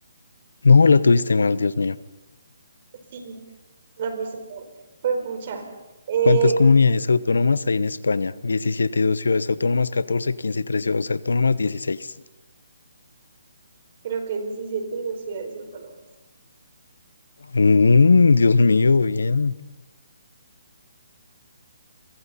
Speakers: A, on the left (about 85°); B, on the right (about 40°).
A: No, la tuviste mal, Dios mío.
B: Sí, la persona fue pucha. Eh,
A: ¿Cuántas comunidades autónomas hay en España? 17 y dos ciudades autónomas, 14, 15 y tres ciudades autónomas, 16.
B: creo que diecisiete y dos ciudades autónomas.
A: Mm, Dios mío, bien.